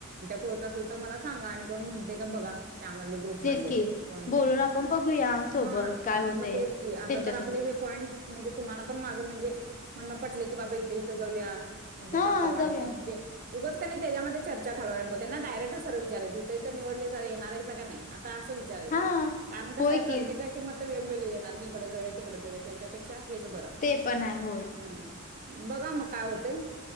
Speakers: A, on the right; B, on the left.
A: होत असेल तर मला सांगा आणि कोण म्हणते का बघा. त्यामधले ग्रुपमधले
B: तेच की
A: कोणते
B: बोलून आपण बघूया सोबत
A: हा
B: काय
A: तर
B: होतय
A: मग तेच की आता
B: त्यांच्यासोबत
A: तर आपले हे पॉईंट म्हणजे तुम्हाला पण माझं म्हणजे म्हणं पटले की बाबा इथं इथं जाऊया म्हणजे
B: हा
A: चांगलं वाटतय
B: जाऊया
A: म्हणजे उगच क त्याच्यामध्ये चर्चा घालय त्यांना डायरेक्ट सर विचारयचथ तर निवले येणारयं का नाही असं विचारायचं
B: हा
A: कारण का
B: होय
A: साहेब
B: की
A: प्रत्येकाचे म वेगवेगळे येणार की इकडे जाऊ तिककडे जाऊ त्याच्यापेक्षा हेच बरं
B: ते पण आहे होय
A: हम्म बघा मग काय होतेय